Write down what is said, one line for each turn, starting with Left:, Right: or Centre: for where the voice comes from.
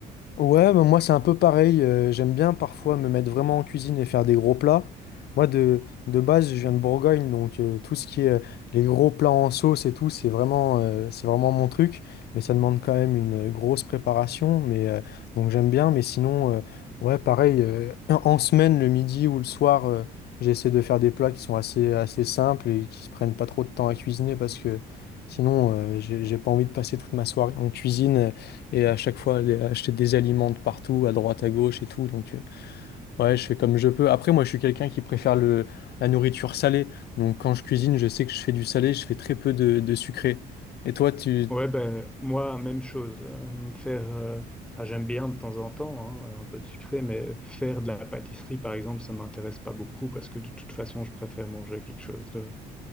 Left: Ouais, mais moi c'est un peu pareil. euh, j'aime bien parfois me mettre vraiment en cuisine et faire des gros plats. Moi de, de base, je viens de Bourgogne, donc euh, tout ce qui est euh, les gros plats en sauce et tout, c'est vraiment, euh, c'est vraiment mon truc. Mais ça demande quand même une grosse préparation. Mais euh, donc j'aime bien. Mais sinon, euh, ouais, pareil. euh, en en semaine, le midi ou le soir, euh, j'essaie de faire des plats qui sont assez assez simples et qui prennent pas trop de temps à cuisiner parce que sinon, euh, j'ai j'ai pas envie de passer toute ma soirée en cuisine. Et à chaque fois, aller acheter des aliments de partout, à droite, à gauche et tout. Donc, euh, ouais, je fais comme je peux. Après, moi, je suis quelqu'un qui préfère le, la nourriture salée. Donc, quand je cuisine, je sais que je fais du salé, je fais très peu de, de sucré. Et toi, tu...
Centre: Ouais, ben moi, même chose. Euh, Faire, euh, ah, j'aime bien de temps en temps, hein, un peu de sucré, mais faire de la pâtisserie, par exemple, ça m'intéresse pas beaucoup parce que de toute façon, je préfère manger quelque chose de,